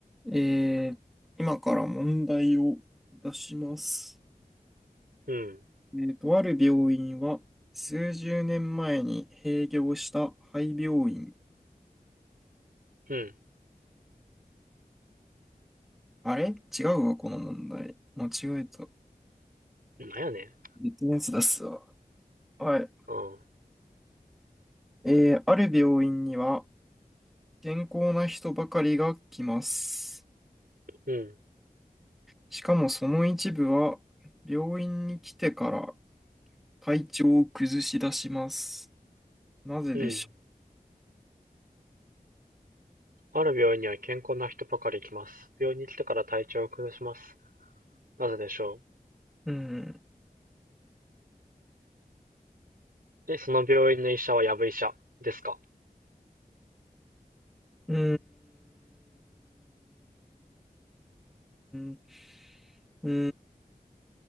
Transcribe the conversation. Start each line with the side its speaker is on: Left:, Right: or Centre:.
Centre: えー今から問題を出します。
Right: うん、
Centre: えーとある病院は数十年前に閉業した廃病院。
Right: うん、
Centre: あれ違うわ、この問題。間違えた。
Right: なんやねん。
Centre: 別のやつ出すわ。はい。
Right: うん、
Centre: えーある病院には健康な人ばかりが来ます。
Right: うん、
Centre: しかもその一部は病院に来てから体調を崩し出します。なぜでしょ
Right: うん。ある病院には健康な人ばかり来ます。病院に来てから体調を崩します。なぜでしょ
Centre: う。うん。
Right: う。え、その病院の医者はやぶ医者ですか
Centre: うーん。うー